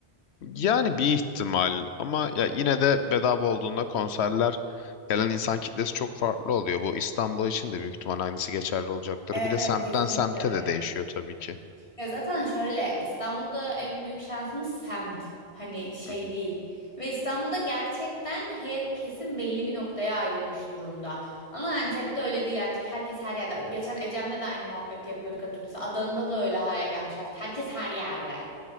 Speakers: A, on the left; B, on the left.
A: Yani bir ihtimal ama ya yine de bedava olduğunda konserler gelen insan kitlesi çok farklı oluyor. Bu İstanbul için de büyük ihtimal aynısı geçerli olacaktır.
B: Evet
A: Bir de
B: evet
A: semtten
B: kesinlikle
A: semte
B: öyle.
A: de değişiyor tabii ki.
B: Ya zaten şöyle İstanbul'da en büyük şansımız semt. Hani şey
A: Hı hı.
B: değil. Ve İstanbul'da gerçekten her kesim belli bir noktaya ayrılmış durumda. Ama Antep'te öyle değil artık. Herkes her yerde. Geçen Ecem'le de aynı muhabbeti yapıyorduk hatırlıyorsun. Adana'da da öyle hale gelmiş artık. Herkes her yerde.